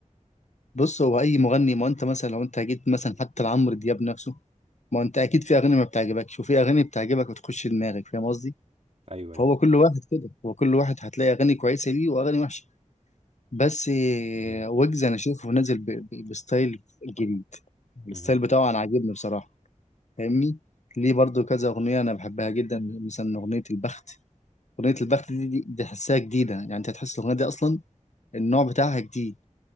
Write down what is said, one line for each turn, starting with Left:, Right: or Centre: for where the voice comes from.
Left: بص هو اي مغني ما انت مثلا لو انت جيت مثلا حتى لعمرو دياب نفسه ما انت اكيد في اغاني ما بتعجبكش وفي اغاني بتعجبك وتخش دماغك فاهم قصدي
Right: ايوه
Left: فهو
Right: ايوه
Left: كل واحد كده هو كل واحد هتلاقي اغاني كويسه ليه واغاني وحشه بس آه،
Right: مم.
Left: ويجز انا شايفه نازل ب- ب- بستايل جديد
Right: مم.
Left: الستايل بتاعه انا عاجبني بصراحه فاهمني ليه برضو كذا اغنيه انا بحبها جدا مثلا اغنيه البخت اغنيه البخت دي دي دي تحسها جديده يعني انت هتحس الاغنيه دي اصلا النوع بتاعها جديد